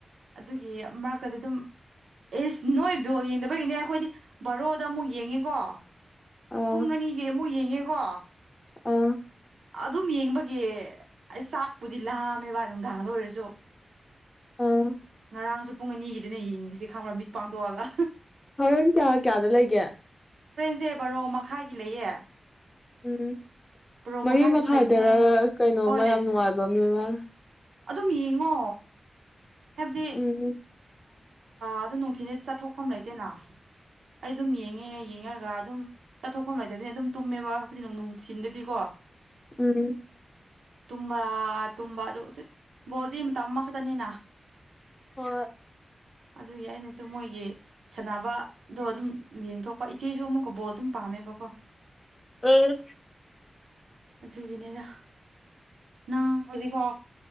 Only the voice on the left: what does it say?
ꯑꯥ
ꯑꯥ
ꯑꯥ
ꯍꯣꯔꯦꯟ ꯀꯌꯥ ꯀꯌꯥꯗ ꯂꯩꯒꯦ
ꯎꯝ
ꯃꯔꯤ
ꯃꯈꯥꯏꯗ
ꯀꯩꯅꯣꯝꯃ
ꯌꯥꯝ ꯅꯨꯡꯉꯥꯏꯕ ꯑꯃꯅꯦ ꯃꯥ
ꯎꯝ
ꯎꯝ
ꯍ
ꯎꯝ